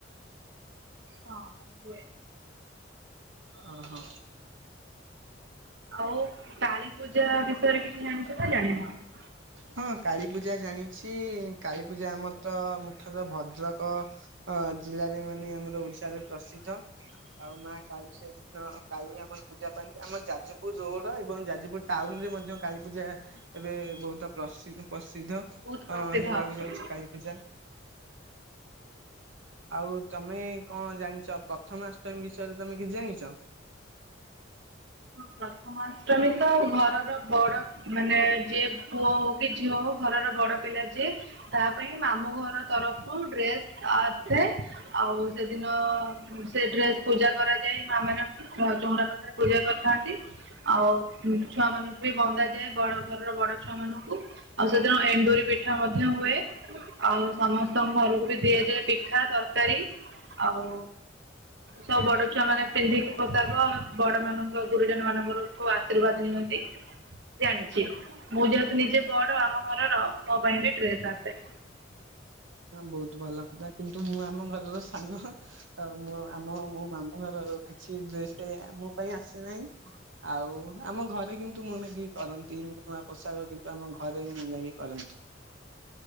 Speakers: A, on the right; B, on the right.
A: ହଁ ହୁଏ।
B: ଓହୋ।
A: ଆଉ କାଳୀ ପୂଜା ବିଷୟରେ କିଛି ଜାଣି <unintelligible>
B: ହଁ କାଳୀପୂଜା ଜାଣିଛି କାଳୀପୂଜା ଆମର ତ ମୁଠାରେ ଭଦ୍ରକ ହ ଜିଲ୍ଲାରେ ମାନେ ଆମର ଓଡିଶାରେ ପ୍ରସିଦ୍ଧ। ଆଉ ମା କାଳି ସେ କାଳି ଆମର ପୂଜା ପାଆନ୍ତି, ଆମର ଯାଜପୁର ରୋଡ ଏବଂ ଯାଜପୁର ଟାଉନରେ ମଧ୍ୟ କାଳୀପୂଜା ଏବେ ବହୁତ ପ୍ରସି-ପ୍ରସିଦ୍ଧ
A: ବହୁତ ପ୍ରସିଦ୍ଧ।
B: ଅ ହେବାକୁ ଯାଉଛି। କାଳୀପୂଜା। ଆଉ ତମେ କଣ ଜାଣିଚ ପ୍ରଥମାଷ୍ଟମୀ ବିଷୟରେ ତମେ କିଛି ଜାଣିଚ?
A: ହଁ ପ୍ରଥମାଷ୍ଟମୀ ତ ଘରର ବଡ ମାନେ ଯିଏ ପୁଅ ହଉ କି ଝିଅ ହଉ ଘରର ବଡ ପିଲା ଯିଏ ତା ପାଇଁ ମାମୁଁ ଘର ତରଫରୁ ଡ୍ରେସ ଆସେ। ଆଉ ସେଦିନ ସେ ଡ୍ରେସ ପୂଜା କରାଯାଏ ମା ମାନଙ୍କ ଆଁ ଚଉଁରା ପାଖରେ ପୂଜା କର ଥାନ୍ତି ଆଉ ଛୁଆ ମାନଙ୍କୁ ବି ବନ୍ଦା ଯାଏ ବଡ ଘରର ବଡ ଛୁଆ ମାନଙ୍କୁ। ଆଉ ସେଦିନ ଏଣ୍ଡୁରି ପିଠା ମଧ୍ୟ ହୁଏ। ଆଉ ସମସ୍ତଙ୍କ ଘରକୁ ବି ଦିଆଯାଏ ପିଠା ତରକାରୀ, ଆଉ ସବୁ ବଡଛୁଆ ମାନେ ପିନ୍ଧିକି ପୋଷାକ ବଡ ମାନଙ୍କୁ ଓ ଗୁରୁଜନ ମାନଙ୍କରଠୁ ଆଶୀର୍ବାଦ ନିଅନ୍ତି। ଜାଣିଚି, ମୁଁ ଯେହେତୁ ନିଜେ ବଡ ଆମ ଘରର ମୋ ପାଇଁ ବି ଡ୍ରେସ୍ ଆସେ।
B: ହଁ ବହୁତ ଭଲ କଥା କିନ୍ତୁ ମୁଁ ଆମ ଘରର ସାନ। ଆଉ ମୁଁ ଆମ ମୋ ମାମୁଁ ଘରର କିଛି ଡ୍ରେସେ ମୋ ପାଇଁ ଆସିନାହିଁ। ଆଉ ଆମ ଘରେ କିନ୍ତୁ ମୁଁ ନାଗି କରନ୍ତି ନୂଆ ପୋଷାକ କିନ୍ତୁ ଆମ ଘରେ ମୁଁ ନାଗି କରନ୍ତି।